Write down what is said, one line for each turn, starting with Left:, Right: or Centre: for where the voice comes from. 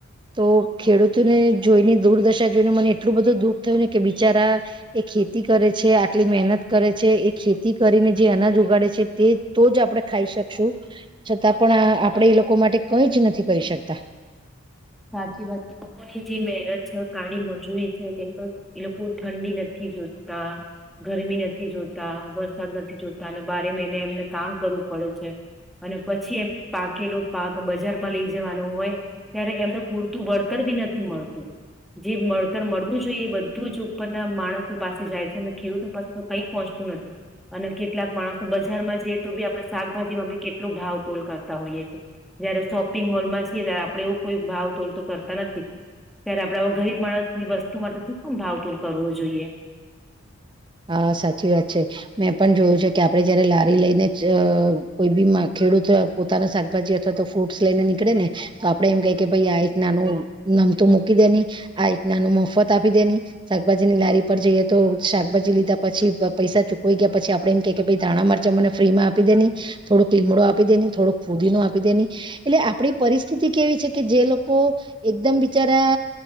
Right: તો ખેડૂતોને જોઈને દુર્દશા જોઈને મને એટલું બધું દુઃખ થયું ને કે બિચારા એ ખેતી કરે છે આટલી મહેનત કરે છે એ ખેતી કરીને જે અનાજ ઉગાડે છે તે તો જ આપણે ખાઈ શકશું. છતાં પણ આપણેે એ લોકો માટે કઈ જ નથી કરી શકતા.
Centre: સાચી વાત પણ એજે મહેનત કાળી મજૂરી છે કેમ એ લોકો ઠંડી નથી જોતા ગરમી નથી જોતા વરસાદ નથી જોતા અને બારે મહિને એમને કામ કરવું પડે છે અને પછી એમ પાકેલો પાક બજારમાં લઈ જવાનો હોય ત્યારે એમનો. પૂરતું વળતર બી નથી મળતું જે વળતર મળવું જોઈએ એ બધું જ ઉપરના માણસો પાસે જાય છે અને ખેડૂતો પાસે તો કઈ પહોંચતું નથી અને કેટલાક માણસો બજારમાં જઈએ તો બી આપણે શાકભાજી માં બી કેટલોું ભાવ તોલ કરતા હોઈએ છેએ જયારે શોપિંગ મોલ માં છીએ ત્યારે આપણે એવો કોઈ ભાવ. તો તો કરતા નથી ત્યારે આપણે ગરીબ માણસ ની વસ્તુ માટે શું કમ ભાવતોડ કરવો જોઈએ.
Right: હા સાચી વાત છે મેં પણ જોયું છે કે આપડે જયારે લારી લઈને કોઈ બી ખેડૂત પોતાના શાકભાજી અથવા તો ફ્રૂટ્સ લઈને નીકળે ને તો આપડે એમ ક કે ભાઈ આ એક નાનું નમતું મૂકી દે ન આ એક નાનું મફત આપી દેની શાકભાજીની લારી પર જઈએ તો શાકભાજી. લીધા પછી પૈસા ચૂુકવાઈ ગયા પછી આપણે એમ કે કે ધાણા મરચા મને ફ્રીમાં આપી દેની થોડો લીમડો આપી દે થોડોક ફુદી ન આપી દે એટલે આપણી પરિસ્થિતિ કેવી છે કે જે લોકો એકદમ બિચારા